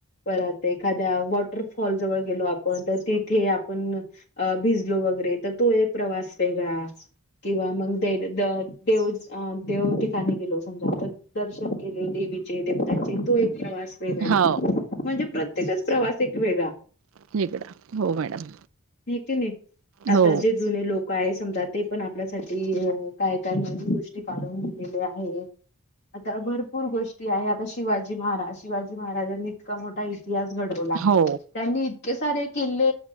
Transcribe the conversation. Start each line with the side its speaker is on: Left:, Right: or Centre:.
Left: परत एखाद्या वॉटरफॉल जवळ गेलो आपण तर तिथे आपण अ भिजलो. वगैरे त तो एक प्रवास वेगळा किंवा मग दे द देव अ देव ठिकाणी गेलो समजा तर दर्शन केले देवि <unintelligible> ची देवताची तो एक प्रवास वेगळा
Right: हो
Left: म्हणजे प्रत्येकच प्रवास एक वेगळा
Right: <unintelligible> हो मॅडम
Left: हे की नाही
Right: हो
Left: आता जे जुने लोक काय समजा ते पण आपल्यासाठी काय काय नवीन गोष्टी काढून दिलेले आहे. आता भरपूर गोष्टी आहे, आता शिवाजी महाराज शिवाजी महाराजांनी इतका मोठा इतिहास घडवला
Right: हो,
Left: त्यांनी इतके सारे किल्ले